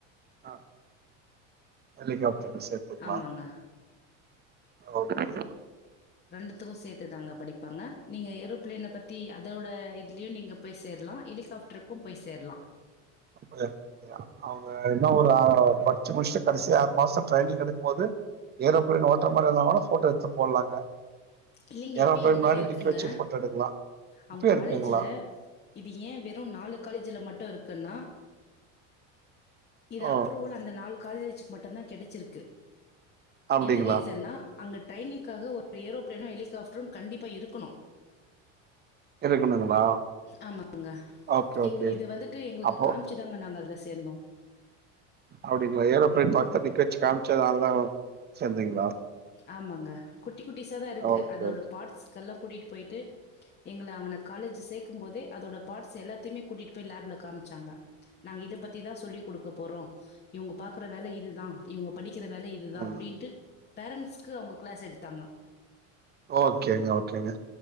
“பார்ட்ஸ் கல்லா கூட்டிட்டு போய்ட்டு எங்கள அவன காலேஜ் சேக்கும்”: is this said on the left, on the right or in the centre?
Left